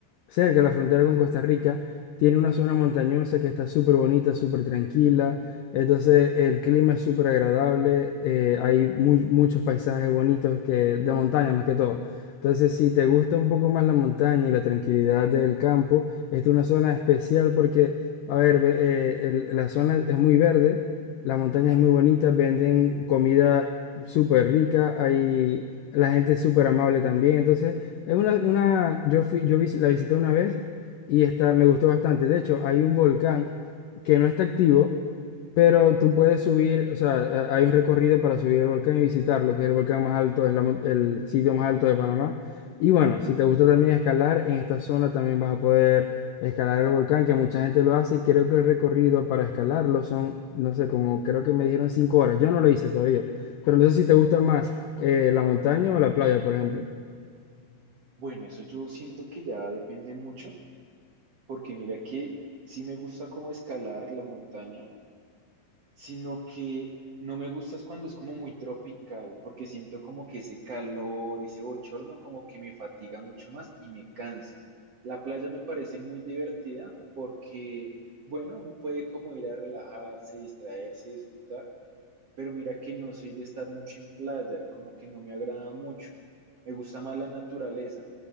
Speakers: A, on the left (about 80°); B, on the right (about 50°).
A: cerca de la frontera con Costa Rica, tiene una zona montañosa que está súper bonita, súper tranquila. Entonces el clima es súper agradable, eh, hay muy- muchos paisajes bonitos que, de montaña más que todo. Entonces si te gusta un poco más la montaña y la tranquilidad del campo, esta es una zona especial porque, a ver, ve- eh, el- la zona es muy verde, la montaña es muy bonita, venden comida súper rica, hay, la gente es súper amable también. Entonces es una, una yo, fui, yo visi- la visité una vez y está, me gustó bastante. De hecho, hay un volcán que no está activo pero tú puedes subir, o sea, ha- hay un recorrido para subir el volcán y visitarlo, que es el volcán más alto, es la mon- el sitio más alto de Panamá. Y bueno, si te gusta también escalar, en esta zona también vas a poder escalar el volcán, que mucha gente lo hace y creo que el recorrido para escalarlo son, no sé, como creo que me dijeron cinco horas. Yo no lo hice todavía, pero no sé si te gusta más eh, la montaña o la playa, por ejemplo.
B: Bueno, eso yo siento que ya depende mucho porque mira que sí me gusta como escalar la montaña, sino que no me gusta es cuando es como muy tropical, porque siento como que ese calor, ese bochorno como que me fatiga mucho más y me cansa. La playa me parece muy divertida porque, bueno, uno puede como ir a relajarse, distraerse, disfrutar pero mira que no soy de estar mucho en playa, como que no me agrada mucho, me gusta más la naturaleza.